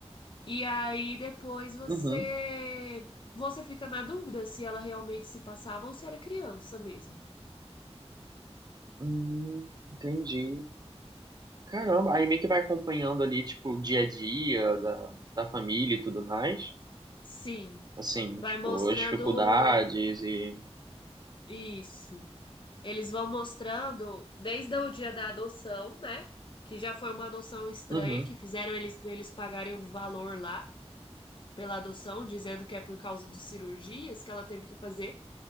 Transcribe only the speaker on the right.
Uhum,
hum, entendi. Caramba, aí meio que vai acompanhando ali, tipo, o dia a dia da, da família e tudo mais.
Assim,
tipo,
as dificuldades e.
Uhum,